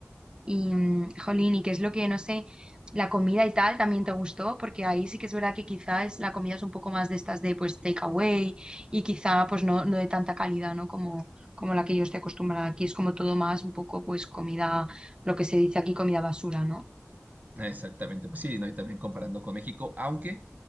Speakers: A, on the right (about 20°); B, on the right (about 35°).
A: Y, mm, jolín, ¿y qué es lo que, no sé, la comida y tal también te gustó? Porque ahí sí que es verdad que quizás la comida es un poco más de estas de, pues, takeaway y quizá, pues, no, no de tanta calidad, ¿no? Como, como la que yo estoy acostumbrada. Aquí es como todo más un poco, pues, comida, lo que se dice aquí, comida basura, ¿no?
B: Exactamente, pues sí, ¿no? Y también comparando con México, aunque